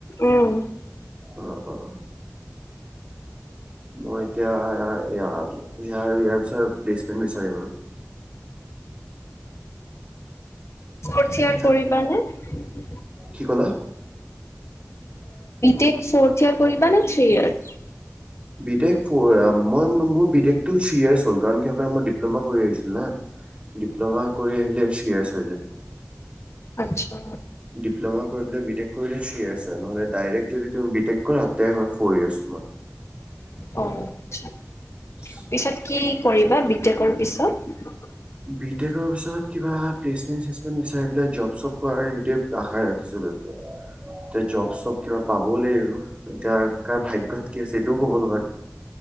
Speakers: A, on the left (about 60°); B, on the right (about 25°).
A: উম
B: অঁ মই এতিয়া ইয়াৰ আৰু ইয়াৰ চ বেছে মি চাৰিবোৰ <unintelligible>
A: কঠীয়া
B: ইয়াৰ
A: কৰিবা নে? বি
B: কি ক'লা?
A: টেক ফৰ্থ ইয়াৰ কৰিবা নে থি ইয়াৰ?
B: বিদেশ ফুৰাম। মই মোৰ বি টেক টো থ্ৰি ইয়েৰচ হ'ল কাৰণ মই ডিপ্লমা কৰি আহিছো না। ডিপ্লমা কৰি আহিলে থ্ৰি ইয়েৰচ হয়।
A: আচ্ছা
B: ডিপ্ল'মা কৰি বিটেক কৰিলে থ্ৰি ইয়েৰচ হয়। নহলে ডাইৰেক্ট যদি তুমি বিটেক কৰা তে হয় ফৰ ইয়াৰেচ।
A: অ আচ্ছা পিছত কি কৰিবা বিটেকৰ পিছত?
B: বিতেকৰ পিছত কিবা <unintelligible> বিচাৰি পেলাই জব চব কৰাৰ সেইটোৱে আশা ৰাখিছো এতিয়া জব চব কিবা পাবও লাগিব, এতিয়া কাৰ ভাগ্যত কি আছে এইটোও ক'ব নোৱাৰি।